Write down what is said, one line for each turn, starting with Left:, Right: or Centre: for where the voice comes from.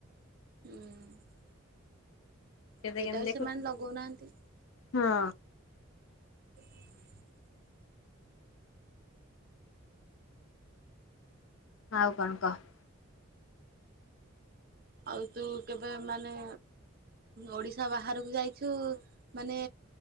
Right: ହୁଁ।
Left: କେତେ
Right: ସେଇଟା
Left: କେମିତି
Right: ବି ସେମାନେ
Left: ଦେଖୁଛୁ।
Right: ଲଗଉନାହାନ୍ତି
Left: ହଁ।
Right: <inaudible>
Left: ଆଉ କଣ କହ।
Right: ଆଉ ତୁ କେବେ ମାନେ ଓଡ଼ିଶା ବାହାରକୁ ଯାଇଛୁ ମାନେ